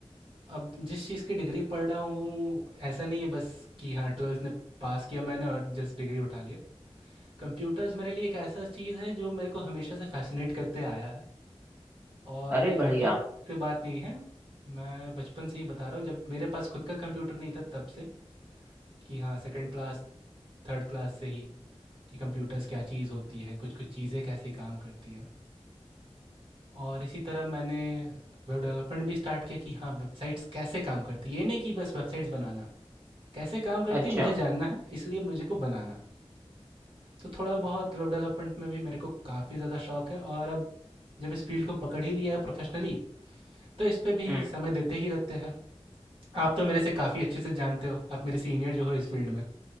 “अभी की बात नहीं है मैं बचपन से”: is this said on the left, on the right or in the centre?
Right